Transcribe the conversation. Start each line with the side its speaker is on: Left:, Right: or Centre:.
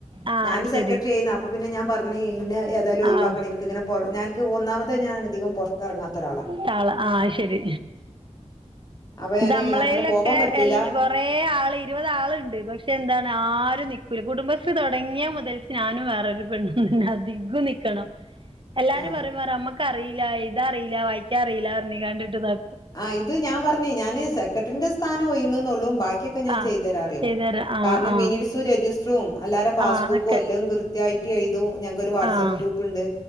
Right: ആഹ്
Left: ഞാന്
Right: അത് ശരി
Left: സെക്രട്ടറി ഏയിന്ന്. അപ്പൊ പിന്നെ ഞാൻ പറഞ്ഞ് ഇന്നെ എ തായാലും ഒഴിവാക്കണം
Right: ആഹ്
Left: ഇൻക്കിങ്ങനെ പൊറ ഞാ ഇൻക്ക് ഒന്നാമതെ ഞാൻ അധികം പൊറത്ത് എറങ്ങാത്ത ഒരാളാ
Right: ത്താള് ആഹ് അഹ്ശരി.
Left: അപ്പൊ ഞാന്
Right: ഇതമ്മളേലൊക്കെ
Left: അങ്ങനെ പോവാൻ പറ്റൂല
Right: എൽ കൊ കൊറേ ആള് ഇരുപത് ആള്ണ്ട് പക്ഷെ എന്താണ് ആരും നിക്കൂല കുടുംബശ്രീ തൊടങ്ങിയ മുതൽ ഞാനും വേറൊരു പെണ്ണും ണ്ട്. അധികും നിക്കണം. എല്ലാരും
Left: ആ
Right: പറിം പറഞ് അമ്മക്കറി ഇല്ല എഴുതാ അറീല്ല വായിക്കാ അറീല്ല പറഞ്ഞ് കാണ്ട്ട്ട് നി
Left: ആഹ് ഇത് ഞാൻ പറഞ്ഞ് ഞാന് സെക്രട്ടറിന്റെ സ്ഥാനം ഒയിയ്ണൂന്നുള്ളൂ ബാക് ക്യൊക്കെ ഞാൻ
Right: ആഹ്
Left: ചെയ്തരാറിയും.
Right: ചെയ്തരാ ആഹ്
Left: കാരണം
Right: ആഹ്
Left: മിനിക്സും രജിസ്റ്ററും എല്ലാരെ പാസ്സ്
Right: ആഹ് അതൊക്കെ
Left: ബുക്കും എല്ലതും കൃ ത്യായിട്ട് എഴുതും. ഞങ്ങക്കൊരു വാട്സാപ്പ്
Right: ആഹ്
Left: ഗ്രൂപ്പ്ണ്ട്